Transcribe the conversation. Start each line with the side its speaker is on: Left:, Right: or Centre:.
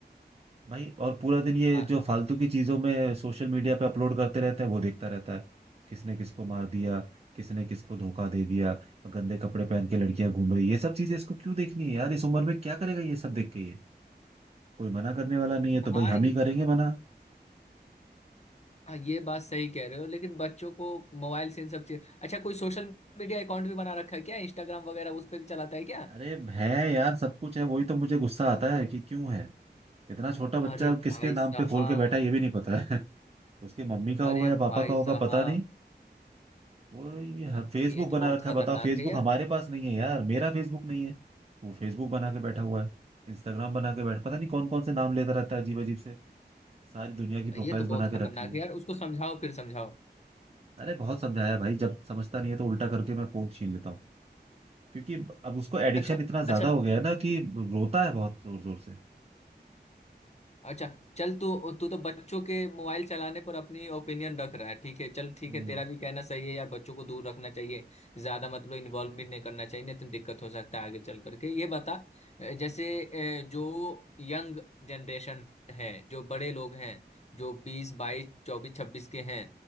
Right: भाई और पूरा दिन ये
Left: हाँ
Right: जो फालतू की चीजों में सोशल मीडिया पे अपलोड करते रहते हैं वो देखता रहता है किसने किसको मार दिया किसने किसको धोखा दे दिया गंदे कपड़े पहन के लड़कियां घूम रही ये सब चीजें इसको क्यों देखनी है यार इस उम्र में क्या करेगा ये सब देख के ये कोई मना करने वाला नहीं है
Left: हाँ
Right: तो भाई हम
Left: ये
Right: ही करेंगे मना
Left: हाँ ये बात सही कह रहे हो लेकिन बच्चों को मोबाइल से इन सब चीज अच्छा कोई सोशल मीडिया अकाउंट भी बना रखा है क्या इंस्टाग्राम वगैरह उस पर भी चलाता है क्या
Right: अरे है यार सब कुछ है वही तो मुझे गुस्सा आता है कि क्यों है इतना छोटा बच्चा
Left: अरे
Right: किसके
Left: भाई
Right: नाम
Left: साहब
Right: पे खोल के बैठा है ये भी नहीं पता है <laughs> उसके मम्मी का होगा
Left: अरे
Right: या
Left: भाई
Right: पापा का होगा
Left: साहब
Right: पता नहीं कोई भी फेसबुक
Left: ये तो
Right: बना
Left: बहुत
Right: रखा
Left: खतरनाक
Right: है बताओ फेसबुक
Left: है यार
Right: हमारे पास नहीं है यार मेरा फेसबुक नहीं है वो फेसबुक बना के बैठा हुआ है इंस्टाग्राम बना के बैठ पता नहीं कौन कौन से नाम लेता रहता है अजीब अजीब से सारी दुनिया की प्रोफाइल्स
Left: ये तो बहुत
Right: बना के
Left: खतरनाक
Right: रखी है
Left: है यार उसको समझाओ फिर समझाओ
Right: अरे बहुत समझाया भाई जब समझता नहीं है तो उल्टा करके मैं फोन छीन लेता हूँ क्योंकि अब उसको एडिक्शन
Left: अच्छा
Right: इतना
Left: अच्छा
Right: ज्यादा हो गया है ना कि रोता है बहुत जोर जोर से
Left: अच्छा चल तू तू तो बच्चों के मोबाइल चलाने पर अपनी ओपिनियन रख रहा है ठीक है चल ठीक
Right: हम्म
Left: है तेरा भी कहना सही है यार बच्चों को दूर रखना चाहिए ज्यादा मतलब इन्वॉल्व भी नहीं करना चाहिए नहीं तो दिक्कत हो सकता है आगे चल करके ये बता अ, जैसे अ, जो यंग जनरेशन है जो बड़े लोग हैं जो बीस बाईस चौबीस छब्बीस के हैं